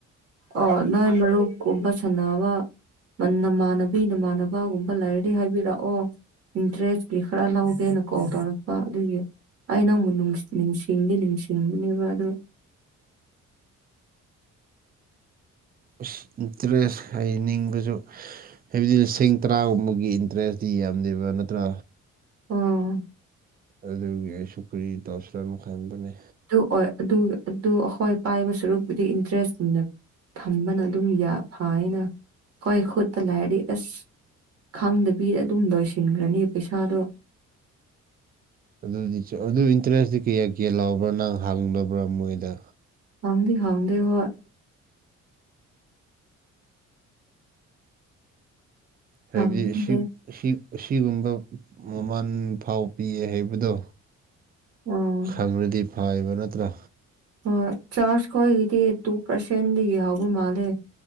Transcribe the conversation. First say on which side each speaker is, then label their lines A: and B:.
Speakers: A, on the right; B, on the right.
A: ꯑꯣ ꯅꯣꯏ ꯃꯔꯨꯞꯀꯨꯝꯕ ꯁꯥꯟꯅꯕ ꯃ ꯅꯃꯥꯟꯅꯕꯤ ꯅꯃꯥꯟꯅꯕꯒꯨꯝꯕ ꯂꯩꯔꯗꯤ ꯍꯥꯏꯕꯤꯔꯑꯣ ꯏꯟꯇꯔꯦꯁꯀꯤ ꯈꯔ ꯂꯧꯒꯦꯅ ꯀꯣꯜ ꯇꯧꯔꯛꯄ ꯑꯗꯨꯒꯤ ꯑꯩ ꯅꯪꯕꯨ ꯅꯨꯡꯁ ꯅꯤꯡꯁꯤꯡꯗꯤ ꯅꯤꯡꯁꯤꯡꯕꯅꯦꯕ ꯑꯗꯣ
B: ꯑꯁ ꯏꯟꯇ꯭ꯔꯦꯁ ꯍꯩꯅꯤꯡꯕꯁꯨ ꯍꯥꯏꯕꯗꯤ ꯂꯤꯁꯤꯡ ꯇꯔꯥꯒꯨꯝꯕꯒꯤ ꯏꯟꯇ꯭ꯔꯦꯁꯇꯤ ꯌꯥꯝꯗꯦꯕ ꯅꯠꯇ꯭ꯔꯥ꯫
A: ꯑꯣ
B: ꯑꯗꯨꯒꯤ ꯑꯩꯁꯨ ꯀ꯭ꯔꯤ ꯇꯧꯁꯤꯔꯥ ꯑꯃ ꯈꯟꯕꯅꯦ꯫
A: ꯑꯗꯨ ꯑꯣꯏ ꯑꯗꯨ ꯑꯗꯨ ꯑꯍꯣꯏ ꯄꯥꯏꯕ ꯁꯔꯨꯛꯄꯨꯗꯤ ꯏꯟꯇ꯭ꯔꯦꯁꯅ ꯊꯝꯕꯅ ꯑꯗꯨꯝ ꯌꯥ ꯐꯥꯏꯅ ꯍꯣꯏ ꯈꯨꯠꯇ ꯂꯥꯩꯔꯗꯤ ꯑꯁ꯫ ꯈꯪꯗꯕꯤꯗ ꯑꯗꯨꯝ ꯂꯣꯏꯁꯤꯟꯈ꯭ꯔꯅꯤ ꯄꯩꯁꯥꯗꯣ꯫
B: ꯑꯗꯨꯁꯨ ꯑꯗꯨ ꯏꯟꯇ꯭ꯔꯦꯁꯇꯤ ꯀꯌꯥ-ꯀꯌꯥ ꯂꯥꯎꯕ꯭ꯔꯥ ꯅꯪ ꯍꯥꯡꯗꯕ꯭ꯔꯥ ꯃꯣꯏꯗ꯫
A: ꯍꯪꯗꯤ ꯍꯪꯗꯦ ꯍꫭꯏ꯫
B: ꯍꯥꯏꯕꯗꯤ
A: ꯍꯥꯡꯕꯤꯗꯦ
B: ꯑꯁꯤ ꯑꯁꯤ ꯑꯁꯤꯒꯨꯝꯕ ꯃꯃꯟ ꯐꯥꯎ ꯄꯤꯌꯦ ꯍꯥꯏꯕꯗꯣ꯫
A: ꯑꯣ
B: ꯈꯪꯔꯗꯤ ꯐꯥꯑꯦꯕ ꯅꯠꯇ꯭ꯔꯥ꯫
A: ꯍꯣꯏ ꯆꯥꯔꯖ ꯈꫭꯏꯒꯤꯗꯤ ꯇꯨ ꯄꯥꯔꯁꯦꯟꯗꯒꯤ ꯍꯧꯕ ꯃꯥꯜꯂꯦ